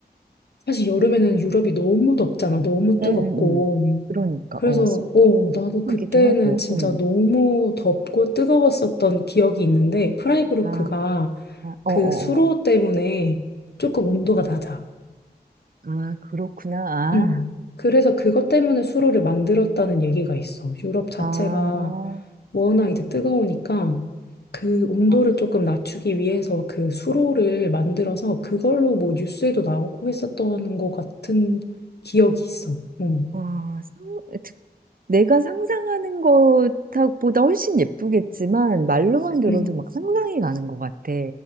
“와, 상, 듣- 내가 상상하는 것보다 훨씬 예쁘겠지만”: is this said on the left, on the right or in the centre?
Right